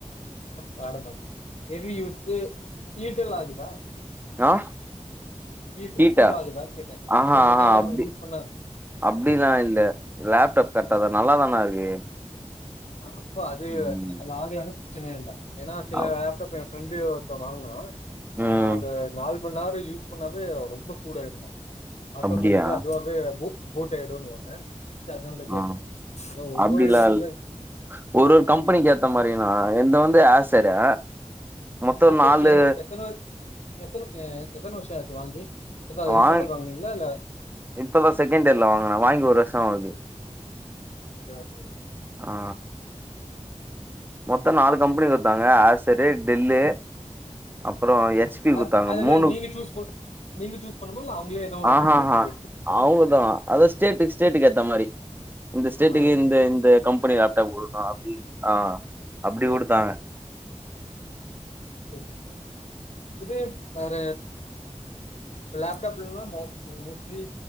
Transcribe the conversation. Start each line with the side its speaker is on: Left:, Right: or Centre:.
Left: படம் பாக்கறதுக்கு ஹெவியுந்து ஹீட்டு ஆகுதா
Right: ஆ
Left: ஹுட்
Right: ஹீட்டா
Left: சூடு ஆகுதானு கேட்ட
Right: ஆஹா
Left: ரொம்ப
Right: ஆஹா
Left: நாள்ள
Right: அப்டி
Left: யூஸ் பண்ணா
Right: அப்டிலா இல்ல லேப்டாப் கரெக்டா நல்லா
Left: ஆ
Right: தானா இருக்கு
Left: அப்போ அது
Right: ம்
Left: அது ஆகலான பிரச்சனையே இல்ல ஏன்னா சில
Right: அவ்
Left: லேப்டாப் ஃபிரெண்டு ஒருத்த வாங்னா
Right: ம்
Left: ஒரு நாள் ரொம்ப நேரோ யூஸ் பண்ணாவே ரொம்ப சூட ஆய்டுமா ஆட்டோமெட்டிக்கா
Right: அப்டியா
Left: அதுவாவே ஓட்டை ஆயிடுனுவாங்க அதனால தா
Right: ஆ
Left: கேட்டே ஏனா ஒவ்வொரு
Right: அப்டிலா இல்
Left: இது
Right: ஒரு ஒரு கம்பெனிக்கு ஏத்த மாரினா என்பது வந்து ஆசர்ரு மொத்தோ
Left: இப்ப
Right: நாலு
Left: எந்த எத்தன எத்தன எத்தன வர்ஷோஆச்சு வாங்கி இப்பதா
Right: வாங்
Left: ரீசண்ட்டா வாங்குனீங்ளா இல்ல
Right: இப்பதா செகண்ட் இயர்ல வாங்ன வாங்கி ஒரு வர்ஷோ ஆகுது
Left: ஓகே ஓகே
Right: ஆ மொத்த நாலு கம்பெனி குட்த்தாங்க ஆசரு டெல்லு அப்புற ஹெச்
Left: ஆ
Right: பி
Left: அது
Right: குத்தாங்க
Left: அதுல
Right: மூணு
Left: நீங்க சூஸ் பண் நீங்க சூஸ் பண்ணுமா இல்ல அவங்களே ஏதோ ஒன்னு
Right: ஆஹாஹா
Left: குடுக்குறது எடுத்துக்கணுமா
Right: அவுங்கதா அதா ஸ்டேட்டுக் ஸ்டேட்டுக் ஏத்த மாரி இந்த ஸ்டேட்டுக்கு
Left: ஆ சரி
Right: இந்த
Left: சரி
Right: இந்த கம்பெனி லேப்டாப் குடுத்தோ அப்டி ஆ அப்டி
Left: சரி
Right: குடுத்தாங்க
Left: சரி சரி சரி இது வேற லேப்டாப் இல்லனா மோ மோஸ்ட்லி